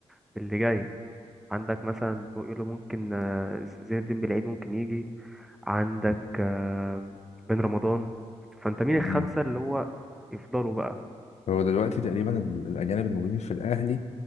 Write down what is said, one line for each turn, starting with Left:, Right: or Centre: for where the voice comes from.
Centre: باللي جاي عندك مثلا بيقولوا ممكن آه، زين الدين بالعيد ممكن يجي عندك آه، بن رمضان فانت مين
Left: مم.
Centre: الخمسة اللي هو يفضلوا بقى
Left: هو دلوقتي تقريبا ال- الاجانب الموجودين في الاهلي